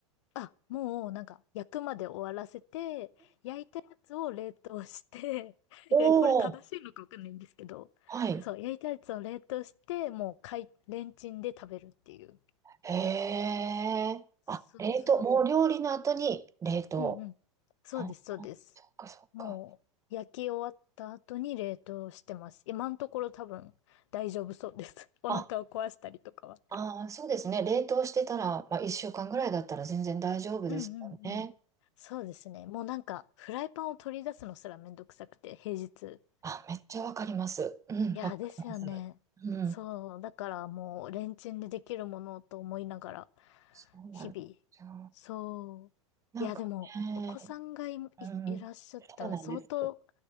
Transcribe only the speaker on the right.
おお、
はい。
へえ。
あ、冷凍。もう料理の後に冷凍。
あ、
そっかそっか。
あ、あー、そうですね。冷凍してたら、
まあ、1週間ぐらいだったら全然大丈夫ですよね。
あ、めっちゃわかります。うん、
わかります。
うん。
そうなんですよ。
なんかね、
うん、
そうなんです。だ